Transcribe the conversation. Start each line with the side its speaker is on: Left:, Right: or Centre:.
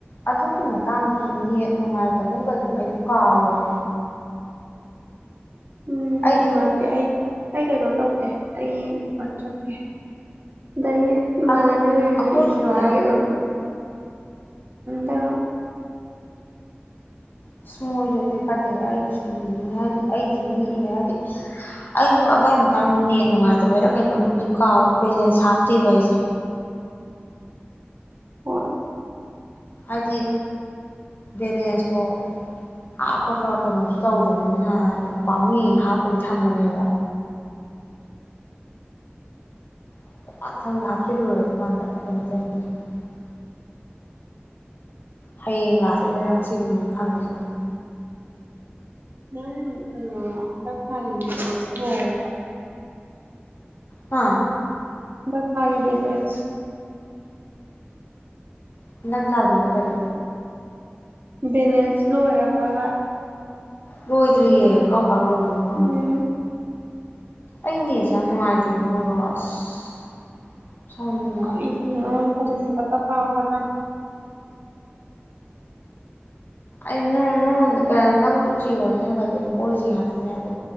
Left: ꯑꯗꯨꯒꯤ ꯃꯇꯥꯡꯗꯁꯨ ꯅꯦꯠ ꯅꯨꯡꯉꯥꯏꯇꯕꯨꯝ ꯀꯩꯒꯨꯝ ꯑꯩꯕꯨ ꯀꯥꯎꯔꯦꯅꯦ
Right: ꯎꯝ
Left: ꯑꯩꯁꯨ
Right: ꯅꯨꯉꯥꯢꯇꯦ ꯑꯩ ꯑꯩ ꯀꯩꯅꯣ ꯇꯧꯗꯦ ꯑꯩ ꯋꯥꯆꯞꯀꯤ ꯑꯩ ꯏꯃꯥꯟꯅꯕꯤ
Left: ꯑꯈꯣꯏ
Right: ꯃꯩꯗꯨꯅ
Left: ꯑꯩꯈꯣꯏꯁꯨꯅꯦ
Right: ꯏꯕꯤꯌꯣ ꯍꯥꯏꯒꯗꯧꯗꯣ ꯗꯥ
Left: ꯑꯁ ꯃꯣꯏꯗꯨꯗꯤ ꯐꯠꯇꯦꯍꯦ ꯑꯩꯒꯤꯁꯨ ꯏꯕꯤꯔꯤꯅꯦ ꯍꯥꯏꯕꯗꯤ ꯑꯩꯒꯤꯁꯨ ꯃꯤꯅ ꯏ ꯍꯥꯏꯗꯤ ꯑꯩꯁꯨ ꯑꯗꯨꯋꯥꯏ ꯃꯇꯥꯡꯗ ꯅꯦꯠ ꯅꯨꯡꯉꯥꯏꯇꯕꯩꯔ ꯀꯩꯅꯣ ꯑꯗꯨꯕꯨꯗꯤ ꯀꯥꯎꯔꯦ ꯕꯦꯂꯦꯟꯁ ꯍꯥꯞꯇꯦꯕ ꯑꯩꯁꯦ
Right: <unintelligible>
Left: ꯍꯥꯏꯗꯤ ꯕꯦꯂꯦꯟꯁꯇꯣ ꯍꯥꯞꯄꯒ ꯀꯩꯅꯣꯁꯨ ꯇꯧꯗꯕꯅꯤꯅ ꯅ ꯄꯥꯝꯃꯨꯏ ꯌꯦ ꯍꯥꯞꯇꯕꯤ ꯊꯝꯕꯅꯦꯕ <unintelligible> ꯍꯌꯦꯡ ꯂꯥꯁꯗꯦꯠ ꯅꯦꯅ ꯉꯁꯤꯒꯨꯝꯕꯖꯦ ꯈꯪꯉꯤꯁꯦ ꯌꯦꯡꯉꯣ
Right: <unintelligible>
Left: ꯍꯥ
Right: ꯗꯥꯇꯥꯒꯤ ꯕꯦꯂꯦꯟꯁ
Left: ꯍꯟꯗꯛ ꯊꯥꯒꯤꯔꯣ ꯀꯔꯤ
Right: ꯕꯦꯂꯦꯟꯁ ꯂꯣꯏꯔꯕꯥꯕ
Left: ꯂꯣꯏꯗ꯭ꯔꯤꯌꯦ ꯀꯥꯎ ꯀꯝꯀꯥꯟ ꯂꯣꯏꯗꯣꯏꯅꯣ ꯈꯪꯗꯦ
Right: ꯎꯝ
Left: ꯑꯩ ꯅꯦꯠꯁꯦ ꯌꯥꯝ ꯅꯨꯡꯉꯥꯏꯇꯦꯃꯤ ꯅꯣꯏꯕꯣ ꯑꯁ
Right: <unintelligible>
Left: ꯁꯥꯎꯅꯤꯡꯉꯦ
Right: <unintelligible>
Left: ꯑꯩ ꯅꯣꯟ ꯅꯣꯟ ꯅꯪꯁꯨ ꯖꯤꯌꯣ ꯅꯤꯅ ꯐꯣꯔ ꯖꯤ ꯉꯥꯛꯇꯅꯦꯕ